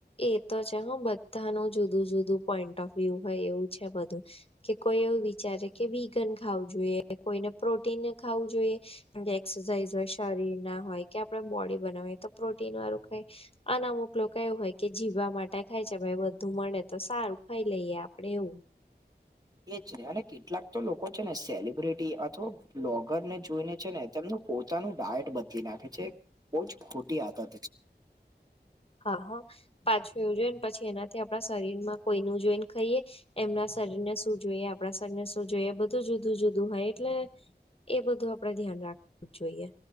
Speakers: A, on the left (about 35°); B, on the right (about 20°).
A: એ તો છે હ બધાનું જુદું જુદું પોઈન્ટ ઓફ વ્યુ હોય એવું છે બધું. કે કોઈ એવું વિચારે કે વિગન ખાવું જોઈએ કોઈને પ્રોટીન ખાવું જોઈએ. એક્સરસાઇઝ હોય શરીર ના હોય કે આપણે બોડી બનાવા તો પ્રોટીન વાળું ક અન અમુક લોકો એવું હોય કે જીવા માટે ખાય છે ભાઈ વધુ મળે તો સારું ખાઈ લઈએ આપડે એવું.
B: એ જ ને અને કેટલાક તો લોકો છે ને સેલિબ્રિટી અથવા બ્લોગર ને જોઈને છે ને તેમનું પોતાનું ડાયટ બદલી નાખે છે ભોજ જ ખોટી આતા.
A: હા હા પાછું એવું જોઈ ને પછી એના આપણા શરીર માં કોઈ ન જોઈન ખાઈએ એમના શરીર ને શું જોઈએ આપણા શરીર ને શું જોઈએ જું જુદું જુદું હોય એટલે એ બધું આપડે ધ્યાન રાખવું જ જોઈએ.